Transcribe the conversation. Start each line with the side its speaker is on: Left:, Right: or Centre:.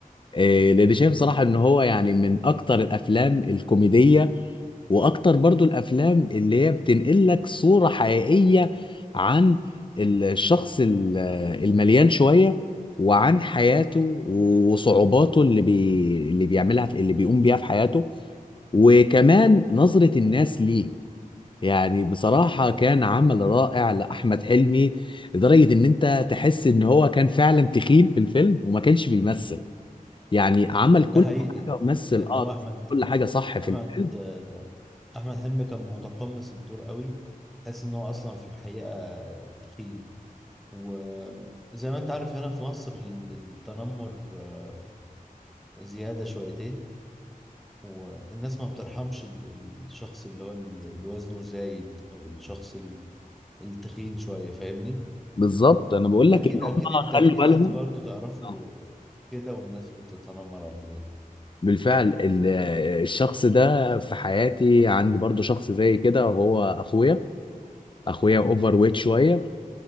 Left: آه، لان شايف صراحه ان هو يعني من اكتر الافلام الكوميديه واكتر برضو الافلام اللي هي بتنقل لك صورة حقيقية عن الشخص ال- المليان شوية وعن حياته وصعوباته اللي بي... اللي بيعملها في... اللي بيقوم بيها في حياته وكمان نظرة الناس ليه يعني بصراحة كان عمل رائع لأحمد حلمي لدرجة إن أنت تحس إن هو كان فعلا تخين في الفيلم وما كانش بيمثل يعني عمل كل
Centre: ده حقيقي
Left: حاجة مثل
Centre: يعني
Left: آه
Centre: هو احمد
Left: كل حاجة صح في
Centre: احمد
Left: الفيلم
Centre: آه، احمد حلمي كان متقمص الدور قوي تحس ان هو اصلا في الحقيقه تخين وزي ما انت عارف هنا في مصر ال- التنمر آه، زياده شويتين والناس ما بترحمش ال- الشخص اللي هو ال- اللي وزنه زايد او الشخص ال- التخين شويه فاهمني
Left: بالظبط انا بقول لك
Centre: اكيد
Left: ان هم
Centre: اكيد انت
Left: خلوا
Centre: في
Left: بالهم
Centre: حد برضو تعرفه
Left: آه.
Centre: كده والناس بتتنمر عليه
Left: بالفعل ال- الشخص ده في حياتي عندي برضو شخص زي كده هو اخويا اخويا اوفر ويت شويه